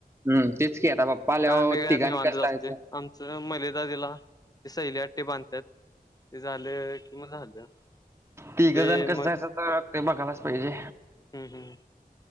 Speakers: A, on the right; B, on the left.
A: हम्म तेच की आता पप्पा आल्यावर
B: आम्ही काय
A: तिघांनी
B: निवांतच
A: कसं
B: असतोय
A: जायचं
B: आमच मलिदा दिला ते सैली आटी बांधतात ते झालं की मग झालं
A: तिघजण
B: ते
A: कसं
B: मग
A: जायचं आता ते बघायलाच पाहिजे
B: हम् हम्